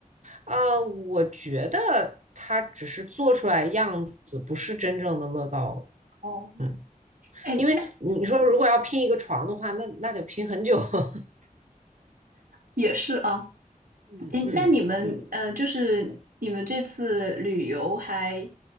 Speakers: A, on the right (about 55°); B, on the right (about 85°).
A: 呃，我觉得它只是做出来样子，不是真正的乐高。
B: 哦，
A: 嗯，
B: 哎，
A: 因为你说如果要拼一个床的话，
B: 那
A: 那那得拼很久。<laughs>
B: 也是啊。
A: 嗯嗯嗯。
B: 哎，那你们呃，就是你们这次旅游还